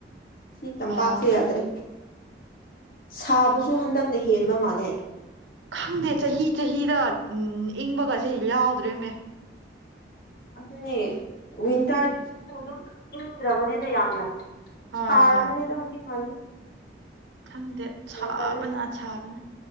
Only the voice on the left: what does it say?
ꯁꯤ ꯇꯝꯄꯥꯛꯁꯦ
ꯌꯥꯗ꯭ꯔꯦ ꯁꯥꯕꯖꯨ ꯍꯟꯗꯛꯅ ꯍꯦꯟꯕ ꯃꯥꯜꯂꯦ
ꯑꯗꯨꯅꯦ ꯋꯤꯟꯇꯔ <unintelligible> ꯑꯗꯨꯝ ꯏꯪꯗ꯭ꯔꯕꯅꯤꯗ ꯌꯥꯝꯅ
ꯇꯥꯔꯥꯕꯅꯦꯗ
ꯍꯧꯖꯤꯛ ꯀꯥꯟꯗꯤ
ꯇꯜꯂꯦ